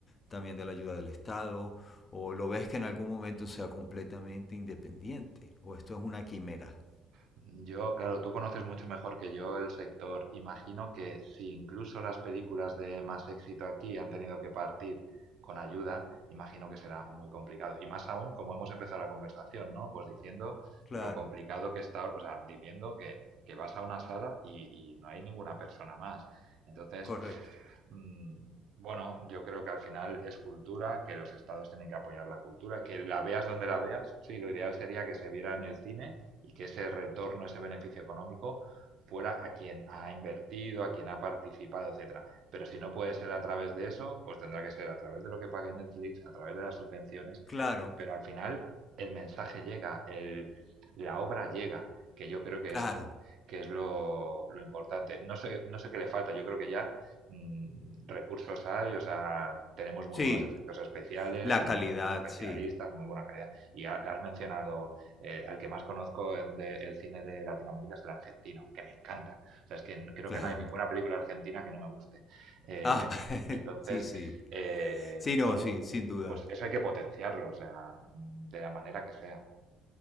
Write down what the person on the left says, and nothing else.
también de la ayuda del Estado, o lo ves que en algún momento sea completamente independiente, o esto es una quimera.
Claro,
correcto.
Claro,
claro.
Sí,
La
calidad,
sí,
claro.
Ah, <laughs>
sí, sí.
Sí, no,
sí, sin duda.